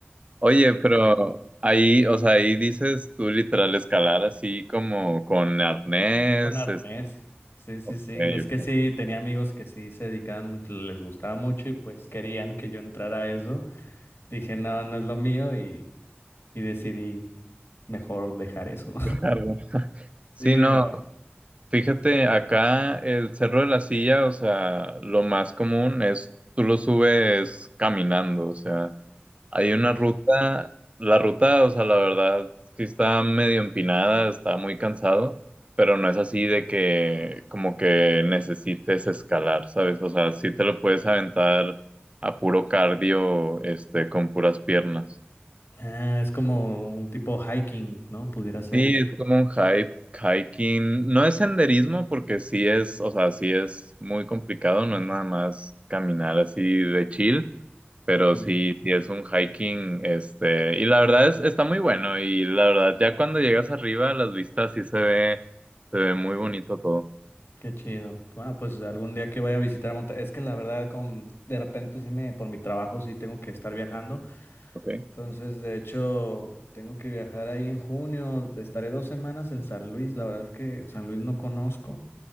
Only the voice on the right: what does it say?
Oye, pero ahí, o sea, ahí dices tú literal escalar así como con arnés,
este,
yo
qué sé, Sí,
no,
Fíjate, acá el Cerro de la Silla, o sea, lo más común es tú lo subes caminando, o sea, hay una
ruta, la ruta, o sea, la verdad, sí está medio empinada, está muy cansado, pero no es así de que como que necesites escalar, ¿sabes? O sea, sí te lo puedes aventar a puro cardio, este, con puras piernas.
Sí, es como un hike, hiking, no es senderismo porque sí es, o sea, sí es muy complicado, no es nada más caminar así de chill, pero
sí, sí es un hiking, este, y la verdad es, está muy bueno y la verdad ya cuando llegas arriba las vistas sí se ve, se ve muy bonito todo.
Ok,